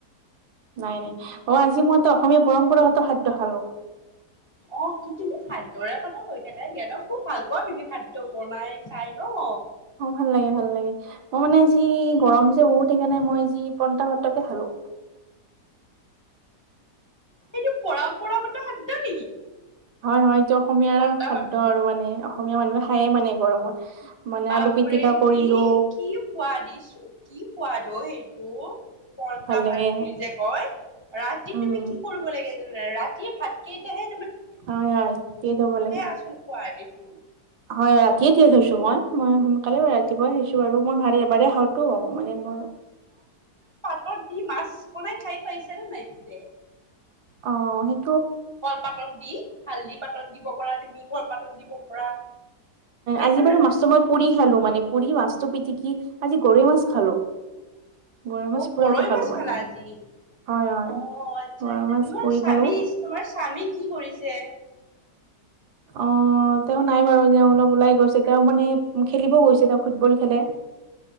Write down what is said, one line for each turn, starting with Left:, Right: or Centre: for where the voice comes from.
Right: নাই নাই অ আজি মই এটা অসমীয়া পৰম্পৰাগত খাদ্য খালোঁ।
Left: অ কি তুমি খাদ্যৰে কথা। হৈ থাকাই দিয়া ন খুব ভাল পোৱা তুমি খাদ্য বনাই খাই ন,।
Right: অ ভাল লাগে ভাল লাগে মই মানে যি গৰম যে বহুত সেইকাৰণে মই যি। কনটা সতকে খালো।
Left: এইটো পৰম্পৰাগত খাদ্য নেকি?
Right: হয় হয় এইটো অসমীয়াৰ
Left: পন্তা
Right: খাদ্য
Left: ভাতটো
Right: আৰু মানে অসমীয়া মানুহে খায়ে মানে গৰমত। মানে
Left: বাপৰে
Right: আলু পিটিকা কৰিলো
Left: কি কি খোৱা দিছোঁ কি সোৱাদ অ সেইটো। পন্টা
Right: ভাল লাগে
Left: ভাত বুলি যে কয় ৰাতি
Right: উম
Left: তুমি কি কৰিব লাগে যে ৰাতি। ভাতকেইটাহে।
Right: হয় হয় তেটো ভলে
Left: আচল সোৱাদ এইটো
Right: হয় এৰাতি থৈছো ম মই সোনকালে ৰাতিপুৱাই আহিছো বাৰু মই ভ এবাৰে খাওঁতো মানে মই
Left: ত দি মাছ বনাই খাই পাইছে নে নাই পিছে?
Right: অ সেই।
Left: কলপাতত দি হালদি পাতত দিব পৰা তুমি কলপাতত দিব পৰা। পাইছানে
Right: আজি বাৰু
Left: নাই
Right: মাছ মই পুৰি খালো মানে পুৰি মাছ পিতিকি আজি গৰৈ মাছ খালো। গৰৈ মাছ
Left: অ
Right: পুৰাটো
Left: গৰৈ
Right: খালো
Left: মাছ
Right: মানে
Left: খালা আজি। অ
Right: হয় হয়
Left: আচ্ছা
Right: বৰা
Left: আচ্ছা
Right: মাছ
Left: তোমাৰ
Right: পুৰি
Left: স্বামী
Right: খালো
Left: তোমাৰ স্বামী কি কৰিছে?
Right: অ তেওঁ নাই বাৰু তেওঁ অলপ ওলাই গৈছে তেওঁ মানে খেলিবও গৈছে তেওঁ ফুটবল খেলে।